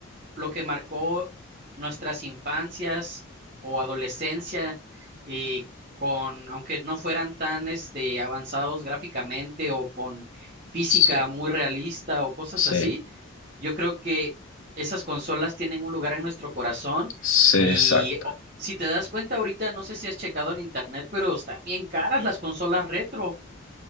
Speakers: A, on the right (about 40°); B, on the left (about 75°).
A: lo que marcó nuestras infancias o adolescencia, eh, con, aunque no fueran tan, este, avanzados gráficamente o con física
B: Sí,
A: muy realista o cosas
B: sí,
A: así, yo creo que esas consolas tienen un lugar en nuestro corazón
B: sí,
A: y
B: exacto.
A: o- si te das cuenta ahorita, no sé si has checado en internet, pero están bien caras las consolas retro.